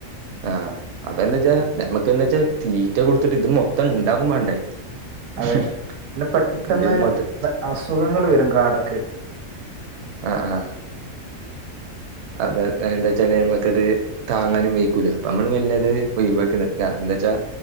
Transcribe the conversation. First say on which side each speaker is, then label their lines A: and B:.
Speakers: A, on the right; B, on the right.
A: ആഹ്, അപ്പ എന്താ വെച്ചാ നമ്മക്ക് എന്താ വച്ചാ, തീറ്റ കൊടുത്തിട്ട് ഇത് മൊത്തം ഉണ്ടാകും മാണ്ടേ <unintelligible>
B: അതെ പിന്നെ പെട്ടെന്ന് അസുഖങ്ങൾ വരും കാടക്ക്
A: ആ ആഹ അത് എന്താ വച്ചാല് നമ്മക്കത് താങ്ങാനും വെയ്ക്കൂല, അപ്പൊ നമ്മള് പിന്നത്‌ ഒഴിവാക്കി നിർത്താ. അത് എന്താ വെച്ചാ